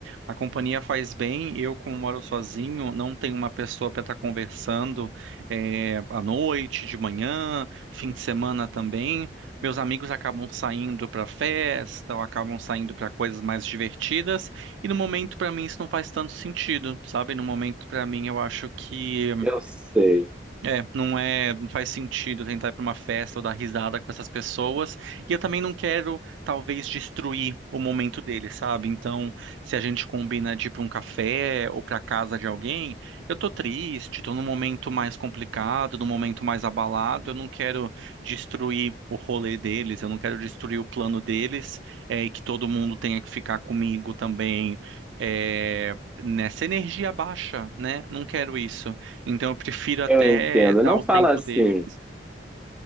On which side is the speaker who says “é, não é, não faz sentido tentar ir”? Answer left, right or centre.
Right